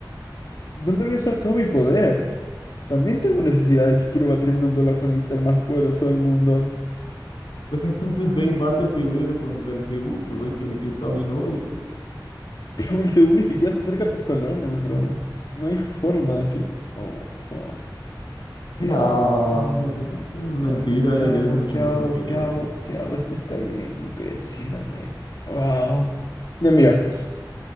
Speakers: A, on the left; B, on the left.
A: ¿Dónde voy a usar todo mi poder? También tengo necesidades si quiero batirme en un duelo con el ser más poderoso del mundo.
B: pues entonces ve y bátete, güey, con Belcebú, que fue el que me quitó a mi novia.
A: <laughs> Pero Belzebú ni siquiera se acerca a tus talones, bro. No hay forma de que... Oh, fuck. ¿Qué
B: No,
A: hago? ¿Qué hago?
B: eso,
A: ¿Qué
B: es-
A: hago?
B: eso es mentira,
A: ¿Qué hago? ¿Qué hago?
B: él eres mucho
A: ¿Qué
B: mejor
A: hago?
B: que yo.
A: ¿Qué hago? ¿Qué hago? Este está bien imbécil, la neta. Wow. Ya mira,